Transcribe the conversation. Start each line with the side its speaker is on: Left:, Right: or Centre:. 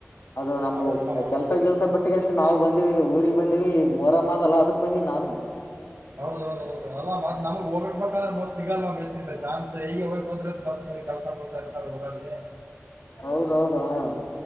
Left: ಅದು ನಮ್
Right: ಅವ್ರು
Left: ಕೆಲ್ಸ ಕೆಲ್ಸ ಬಿಟ್ಟಿಗೆಷ್ಟ ನಾವು ಬಂದಿವವಿ ಇಲ್ಲಿ ಊರಿಗೆಗ್ ಬಂದಿವ ಈಗ ಮೊರಮ್ ಆಗಲ್ಲ ಅದಕ್ ಬಂದಿವ ನಾನು
Right: ಹೌ ಅವಾ ಮ ನಮಗ್ ಹೋಗ್ಿಡ್ಬೇಕಂದ್ರೆ ಮ್ ಸಿಗಲ್ ಮಿಂದ ಚಾನ್ಸ್ ಈಗ ಹೋಗಿ ಬಂದ್ರೆ ಕೆಲ್ಸ ತ ಇರ್ತ ಊರಲ್ಲಿ
Left: ಹೌದೌದ ಹಾ